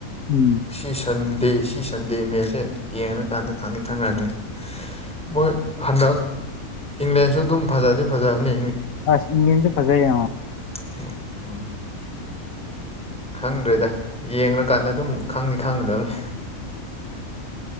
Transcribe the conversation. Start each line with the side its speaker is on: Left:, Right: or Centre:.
Left: ꯎꯝ
Centre: ꯁꯤ ꯁꯟ ꯗꯦ ꯁꯤ ꯁꯟꯗꯦ ꯃꯦꯠꯁꯦ ꯌꯦꯡꯉꯀꯥꯟꯗ ꯈꯪꯅꯤ ꯈꯪꯅꯔꯒꯅꯤ ꯃꯣꯏ ꯍꯟꯗꯛ ꯏꯪꯂꯦꯟꯁꯨ ꯑꯗꯨꯝ ꯐꯖꯗꯤ ꯐꯖꯕꯅꯤ
Left: ꯑꯁ ꯏꯪꯁ ꯐꯖꯩ
Centre: ꯍ ꯍ <unintelligible> ꯈꯪꯗ꯭ꯔꯦꯗ ꯌꯦꯡꯀꯥꯟꯗ ꯑꯗꯨꯝ ꯈꯪꯗꯤ ꯈꯪꯒꯗꯕꯅꯤ